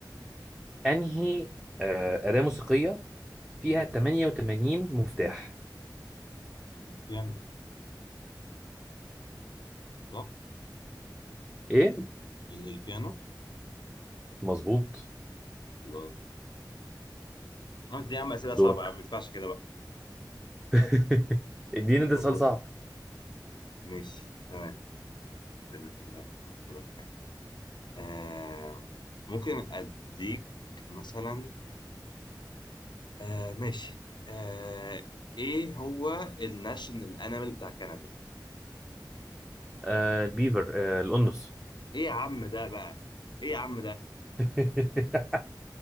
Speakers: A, in the centre; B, on the left.
A: انهي آه، اداه موسيقيه فيها
B: مم.
A: 88 مفتاح
B: البيانو صح
A: ايه
B: ال- البيانو
A: مظبوط
B: الله قلت يا عم اسئله
A: دورك
B: صعبه يا عم ما ينفعش كده بقى
A: <laughs> اديني ده
B: طب
A: سؤال
B: بص،
A: صعب
B: ماشي تمام استنى أفكر- افكرك في حاجه آه ممكن اديك مثلا آه ماشي آه ايه هو الناشونال انيمال بتاع كندا
A: آه البيفر آه الأنس
B: ايه يا عم ده بقى ايه يا عم ده
A: <laughs>